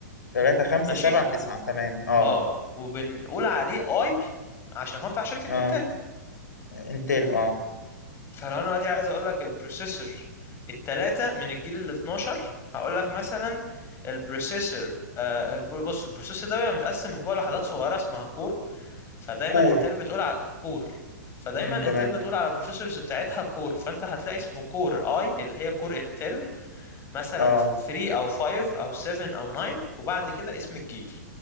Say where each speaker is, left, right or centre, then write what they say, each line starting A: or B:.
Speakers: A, on the left (about 75°); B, on the left (about 25°).
A: تلاتة خمسة
B: ماشي
A: سبعة تسعة تمام اه
B: اه وبنقول عليه اي عشان هو بتاع شركة
A: اه
B: انتل
A: انتل اه
B: فلو انا دلوقتي عايز اقول لك البروسيسور التلاتة من الجيل ال 12 هقول لك مثلا البروسيسور آه البر... بص البروسيسور ده بيبقى متقسم من جوه لحدات صغيرة اسمها كور فدايما
A: كور
B: انتل بتقول على كور فدايما
A: امم تمام
B: انتل بتقول على البروسيسورز بتاعتها كور فانت هتلاقي اسمه كور اي اللي هي كور انتل مثلا
A: اه
B: 3 او 5 او 7 او 9 وبعد كده اسم الجيل